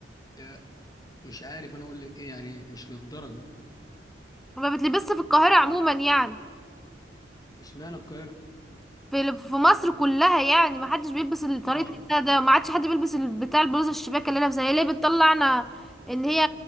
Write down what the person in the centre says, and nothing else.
وما بتلبسش في القاهره عموما يعني
في في مصر كلها يعني ما حدش بيلبس ال- طريقة
لبسها ده ما عادش حد بيلبس ال- بتاع البلوزة الشباك اللي لابسها هي ليه بتطلعنا ان هي